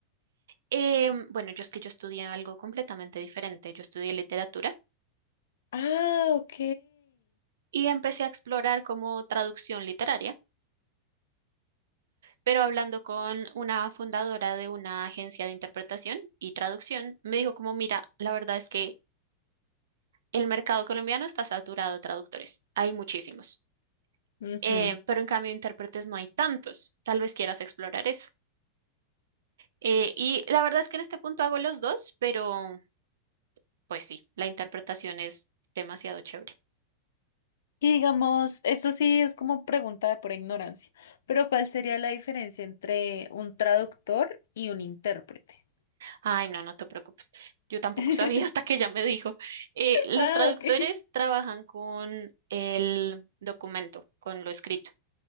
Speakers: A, on the right (about 60°); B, on the left (about 60°).
A: Eh, bueno, yo es que yo estudié algo completamente diferente. Yo estudié literatura
B: Ah, ok.
A: y empecé a explorar como traducción literaria, pero hablando con una fundadora de una agencia de interpretación y traducción, me dijo como, mira, la verdad es que el mercado colombiano está saturado de traductores. Hay muchísimos.
B: Ujú.
A: Eh, pero en cambio, intérpretes no hay tantos. Tal vez quieras explorar eso. Eh, y la verdad es que en este punto hago los dos, pero pues sí, la interpretación es demasiado chévere.
B: Y digamos, eso sí es como pregunta de por ignorancia, pero ¿cuál sería la diferencia entre un traductor y un intérprete?
A: Ay, no, no te preocupes. Yo tampoco
B: <laughs>
A: <laughs> sabía hasta que ella me dijo. Eh,
B: Ah,
A: los traductores
B: ok.
A: trabajan con el documento, con lo escrito,